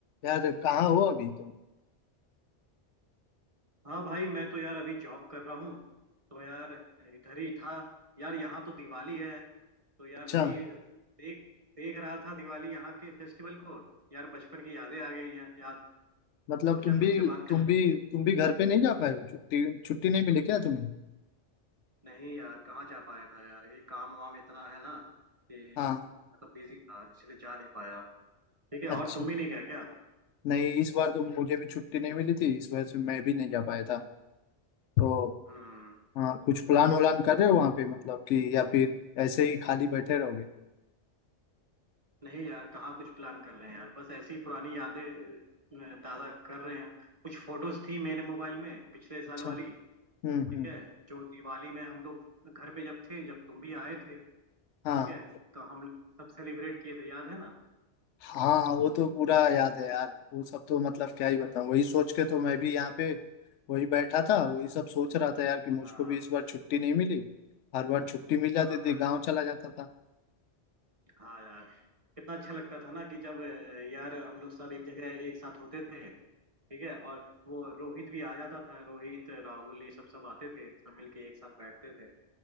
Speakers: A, on the left; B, on the right.
A: यार कहाँ हो अभी तुम
B: हाँ भाई मैं तो यार अभी जॉब कर रहा हूँ तो यार इधर ही था यार यहाँ तो दिवाली है तो यार
A: अच्छा
B: वही देख देख रहा था दिवाली यहाँ के फेस्टिवल को यार बचपन की यादें आ गई हैं याद
A: मतलब
B: सोचा
A: तुम भी
B: तुमसे बात
A: तुम
B: कर लूँ
A: भी तुम भी घर पे नहीं जा पाए हो छुट्टी छुट्टी नहीं मिली क्या तुम्हें
B: नहीं यार कहाँ जा पाया था यार ये काम वाम इतना है ना कि
A: हाँ
B: मतलब बिजी था इसलिए जा नहीं पाया ठीक है और
A: अच्छा
B: तुम भी नहीं गए क्या
A: नहीं इस बार तो मुझे भी छुट्टी नहीं मिली थी इस वजह से मैं भी नहीं जा पाया था तो
B: हम्म
A: हाँ कुछ प्लान उलान कर रहे हो वहाँ पे मतलब कि या फिर ऐसे ही खाली बैठे रहोगे
B: नहीं यार कहाँ कुछ प्लान कर रहे हैं यार बस ऐसी पुरानी यादें अ, ताज़ा कर रहे हैं कुछ फोटोज थी मेरे मोबाइल में पिछले साल
A: अच्छा
B: वाली
A: हम्म
B: ठीक
A: हम्म
B: है जो दिवाली में हम लोग घर पे जब थे जब तुम भी आए थे ठीक
A: हाँ
B: है तो हम लोग सब सेलिब्रेट किए थे याद है ना
A: हाँ वो तो पूरा याद है यार वो सब तो मतलब क्या ही बताऊं वही सोच के तो मैं भी यहाँ पे वही बैठा था वही सब सोच रहा था यार कि मुझको
B: हाँ
A: भी इस बार छुट्टी नहीं मिली हर बार छुट्टी मिल जाती
B: हाँ
A: थी
B: यार
A: गांव चला जाता था
B: हाँ यार कितना अच्छा लगता था ना कि जब अ, यार हम लोग सब एक जगह एक साथ होते थे ठीक है और वो रोहित भी आ जाता था रोहित राहुल ये सब सब आते थे सब मिलके एक साथ बैठते थे